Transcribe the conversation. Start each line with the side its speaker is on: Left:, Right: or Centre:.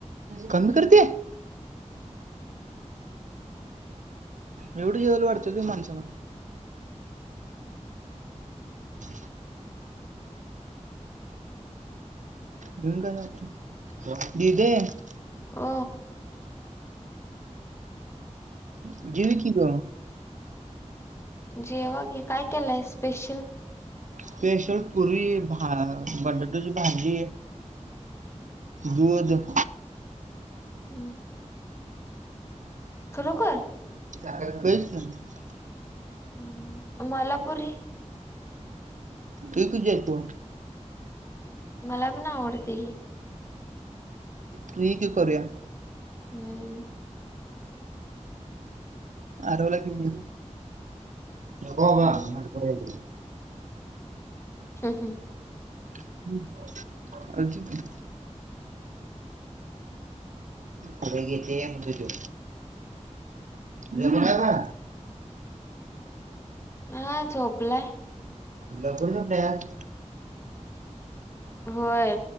Right: कमी कर ते एवढं जेवाला वाढत्यात व्हय माणसाला <unintelligible> घेऊन काय जातोय दीदेे --
Left: ओ
Right: जेव ये कि ग.
Left: जेवा की काय केलाय स्पेशल.
Right: स्पेशल पुरी भा बटाटूची भाजी. दूध
Left: हम्म. खरोखर?
Right: <unintelligible>
Left: हम मला पुरी.
Right: ये की देतो.
Left: मला पण आवडते की.
Right: तु ये की करूया.
Left: हम्म
Right: आरवला घेऊन ये, नको बाबा
Left: हम्म
Right: भांडखोर आहे ते.
Left: <unintelligible>
Right: ह्म्म, आजी ती पुढं घे ते, म्हणतोय त्यो. जेवला का?
Left: हा झोपलाय.
Right: लवकर झोपलाय आज.
Left: होय